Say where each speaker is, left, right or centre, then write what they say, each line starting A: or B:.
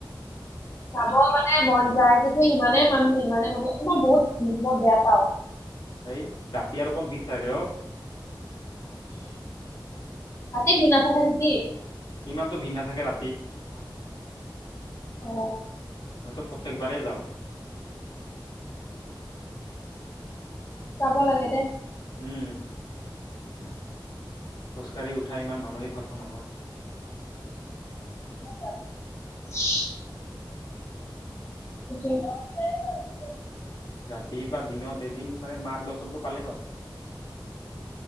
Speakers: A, on the left; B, on the left.
A: যাব মানে মন যায় কিন্তু ইমানেই মানুহ ইমানে মানুহ মই বহুত ব বেয়া পাও।
B: এই ৰাতি আৰু কত ভিত থাকে অ।
A: তাতে বিনা থাকে নেকি?
B: ইমানটো ভিৰ নাথাকে ৰাতি। <unintelligible>
A: অ।
B: মইতো প্ৰত্যেকবাৰেই যাও।
A: চাব লাগে দেই।
B: উম। খোজকাঢ়ি উঠা ইমান মামলিক কথা নহয়।
A: <unintelligible> <inaudible> <unintelligible>
B: ৰাতি বা দিনত এদিন মানে মাৰ দছৰটো পালেই হ'ল।